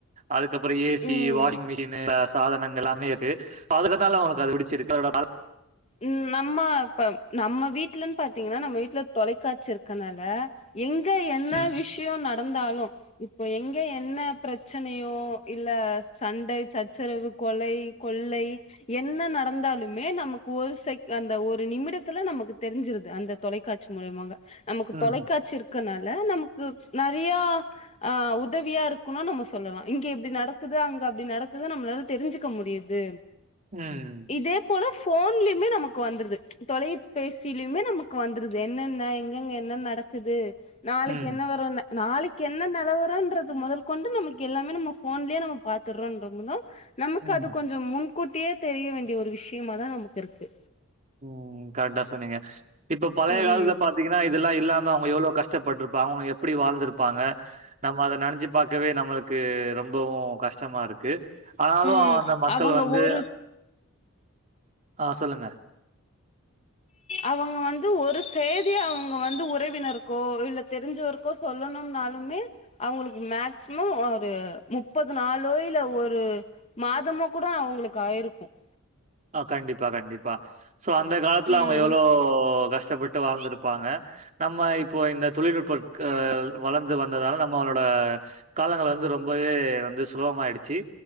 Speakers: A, on the right; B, on the left.
A: அதுக்கப்புறோ ஏசி
B: ம்
A: வாஷிங் மிஷின்னா சாதனங்கள் எல்லாமே இருக்கு சோ அதுக்குனால உங்களுக் அது பிடிச்சிருக்கு அதோட
B: ம் நம்ம இப்ப நம்ம வீட்டுலன்னு பாத்தீங்கன்னா நம்ம வீட்ல தொலைக்காட்சி இருக்கனால எங்கே என்ன
A: ம்
B: விஷயே நடந்தாலும் இப்போ எங்க என்ன பிரச்சனையோ இல்ல சண்டை சச்சரவு கொலை கொள்ளை என்ன நடந்தாலுமே நமக் ஒரு செக் அந்த ஒரு நிமிடத்துல நமக்கு தெரிஞ்சிருது அந்த தொலைக்காட்சி மூலிமாக நமக்கு
A: ம்
B: தொலைக்காட்சி இருக்கனால நமக்கு நறயா ஆ உதவியா இருக்குன்னும் நம்ம சொல்லலா இங்க எப்படி நடக்குது அங்க அப்படி நடக்குதுன்ன நம்மளால தெரிஞ்சுக்க முடியுது
A: ம்
B: இதே போல போன்லயுமே நமக்கு வந்துருது தொலைபேசியிலயுமே நமக்கு வந்துருது என்னன்ன எங்கங்க என்ன நடக்குது நாளைக்கு
A: ம்
B: என்ன வரும்னே நாளைக்கு என்ன நெலவறன்றது முதல் கொண்டு நமக்கு எல்லாமே நம்ம ஃபோன்லயே நம்ம பாத்துடுறோம் ரொம்ப நமக்கு
A: ம்
B: அது கொஞ்சம் முன்கூட்டியே தெரிய வேண்டிய ஒரு விஷயமா தான் நமக்கு இருக்கு
A: உம் கரெக்டா சொன்னீங்க இப்ப பழைய
B: ம்
A: காலத்த பா த்திங்கன்னா இதெல்லாம் இல்லாம அவங்க எவ்ளோ கஷ்டப்பிருப்பாங்கங்க அவங்க எப்படி வாழ்ந்திருப்பாங்க நம்ம அதை நினைச்சிப் பாக்கவே நம்மளுக்கு ரொம்பவும் கஷ்டமா இருக்கு ஆனாலும்
B: ம்
A: அந்த மக்கள்
B: அவங்க
A: வந்து
B: ஒரு
A: ஆஹ் சொல்லுங்க
B: அவங்க வந்து ஒரு செய்தியா அவங்க வந்து உறவினருக்கோ இல்ல தெரிஞ்சவர்க் கோ சொல்லணும்னாலுமே அவங்களுக்கு மேக்சிமம் ஒரு முப்பது நாளோ இல்ல ஒரு மாதமோ கூட அவங்களுக்கு ஆயிருக்கும்
A: அஹ் கண்டிப்பா கண்டிப்பா சோ அந்த காலத்துல
B: ம்
A: அவங்க எவ்வளோ கஷ்டப்பட்டு வாழ்ந்திருப்பாங்க நம்ம இப்போ இந்த தொழில்நுட்ப க்க வளர்ந்து வந்ததால நம்மளோட காலங்கள் வந்து ரொம்பவே வந்து சுலபமாயிடுச் சி